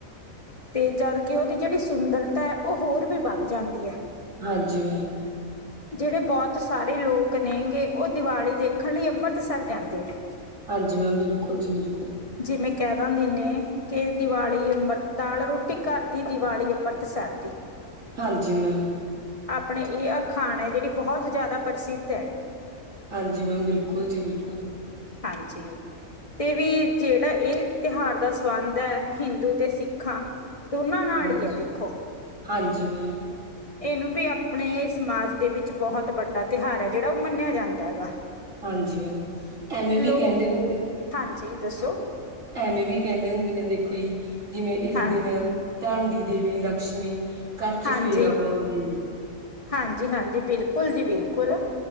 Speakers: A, on the left; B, on the right.
A: ਤੇ ਜਦ ਕਿ ਉਹਦੀ ਜਿਹੜੀ ਸੁੰਦਰਤਾ ਹੈ ਉਹ ਹੋਰ ਵੀ ਵੱਧ ਜਾਂਦੀ ਹੈ
B: ਹਾਂਜੀ ਮੈਮ
A: ਜਿਹੜੇ ਬਹੁਤ ਸਾਰੇ ਲੋਕ ਨੇਗੇ ਉਹ ਦੀਵਾਲੀ ਦੇਖਣ ਲਈ ਅੰਮ੍ਰਿਤਸਰ ਜਾਂਦੇ ਨੇ
B: ਹਾਂਜੀ ਮੈਮ ਬਿਲਕੁਲ ਜੀ ਬਿਲਕੁਲ
A: ਜਿਵੇਂ ਕਹਿ ਕੈਦਾਂ ਦੀ ਨੇ ਕੇ ਦੀਵਾਲੀ ਅੰਮ੍ਰਤ ਦਾਲ ਰੋਟੀ ਘਰ ਦੀ ਦੀਵਾਲੀ ਅੰਮ੍ਰਿਤ ਸਰ ਦੀ।
B: ਹਾਂਜੀ ਮੈਮ।
A: ਆਪਣੇ ਇਹ ਅਖਾਣ ਹੈ ਜਿਹੜੀ ਬਹੁਤ ਜਾਦਾ ਪ੍ਰਸਿੱਧ ਹੈ।
B: ਹਾਂਜੀ ਮੈਮ ਬਿਲਕੁਲ ਜੀ ਬਿਲਕੁਲ।
A: ਹਾਂਜੀ ਤੇ ਵੀ ਜਿਹੜਾ ਇਹ ਤਿਉਹਾਰ ਦਾ ਸੰਬੰਧ ਹੈ ਹਿੰਦੂ ਤੇ ਸਿੱਖਾਂ ਦੋਨਾਂ ਨਾਲ
B: ਹਾਂਜੀ
A: ਹੀ ਹੈ ਦੇਖੋ
B: ਹਾਂਜੀ ਮੈਮ
A: ਇਹਨੂੰ ਵੀ ਆਪਣੇ ਸਮਾਜ ਦੇ ਵਿੱਚ ਬਹੁਤ ਵੱਡਾ ਤਿਉਹਾਰ ਹੈ ਜਿਹੜਾ ਉਹ ਮੰਨਿਆ ਜਾਂਦਾ ਹੈਗਾ
B: ਹਾਂਜੀ ਹ ਐਵੇਂ ਵੀ
A: ਲੋਕ
B: ਕਹਿੰਦੇ ਹੋ
A: ਹਾਂਜੀ ਦੱਸੋ
B: ਐਵੇਂ ਵੀ ਕਹਿੰਦੇ ਹੁੰਦੇ ਨੇ ਦੇਖੋ ਜੀ ਜਿਵੇਂ ਇਸ
A: ਹਾਂਜੀ
B: ਦਿਨ ਧਨ ਦੀ ਦੇਵੀ ਲਕਸ਼ਮੀ ਘਰ ਚ
A: ਹਾਂਜੀ
B: ਫੇਰਾ ਪਾਉਂਦੀਆਂ ਜੀ
A: ਹਾਂਜੀ ਹਾਂਜੀ ਬਿਲਕੁਲ ਜੀ ਬਿਲਕੁਲ